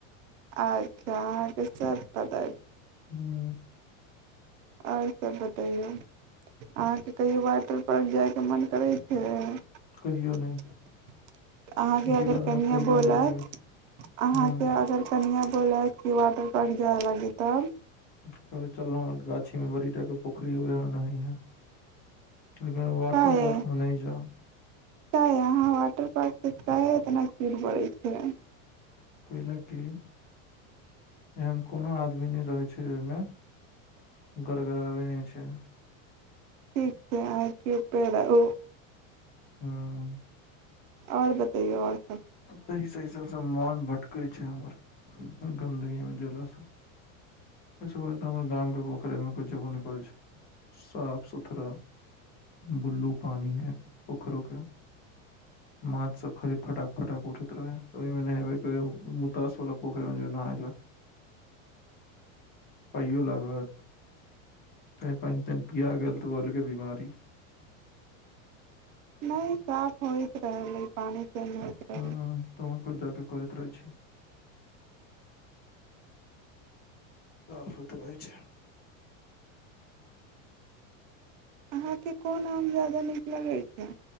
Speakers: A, on the right; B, on the left.
A: अच्छा अहाँके सब पता
B: हाँ।
A: और सब बतैयौ अहाँके कहियो वाटर पार्क जायके मन करै छै। अहां
B: कहियो नहि
A: के
B: जीवन
A: अगर कनिया
B: मे कहियो
A: बोलत,
B: नहि जेबै
A: अहां
B: हूँ
A: के अगर कनिया बोलत की वाटर पार्क जाय लागी तब।
B: कहबे चला हमर गाछी मे बड़ीटा के पो खरी उहाए मे नहाहिये। लेकिन वाटर
A: काहे
B: पार्क मे ने जोउ।
A: काहे अहाँ वाटर पार्क से काहे <unintelligible> छै।
B: कयला कि एहन कोनो आदमी ने रहै छै ओय मे गड़गड़ाबै ने छै।
A: ठीक छै, आर कियो फेरउ
B: हाँ।
A: और बतैयौ और
B: पैसा ऐसा सब मन भटकै छै हमर। अ गन्दगी मे जेला से ऐसे बढ़िया हमर गाम के पोखरी मे बुझबो ने करै छै, साफ सुथरा बुल्लू पानी हाएत पोखरो के, माछ सब खाली फटा फटाक उठैत रहे त ओयमे नेहेबे ते मुतास वला पोखर मे जेबै नहाले, पाइयो लागत ते पेएन तेएन पिया गेल तऽ उ अलगे बीमारी।
A: ने साफ होएत रहले पानी। चेंज होइत रहलै
B: हाँ तूहो कुछ जाके करैत रहे छै। साफ सुथ रहै छै।
A: अहाँ के कोन आम जादा नीक लगै छै।